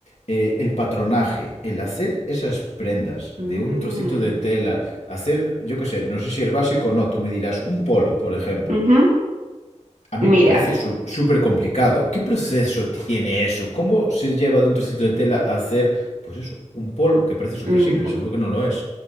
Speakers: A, on the left (about 65°); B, on the right (about 85°).
A: Eh, el patronaje, el hacer esas prendas
B: Mm,
A: de un trocito de tela, hacer, yo qué sé, no sé si es básico o no, tú me dirás, un polo, por ejemplo.
B: ujú.
A: A mí
B: Mira,
A: me parece su- súper complicado. ¿Qué proceso tiene eso? ¿Cómo se lleva de un trocito de tela a hacer, pues eso, un polo que parece súper
B: mm,
A: simple? Seguro que no lo es.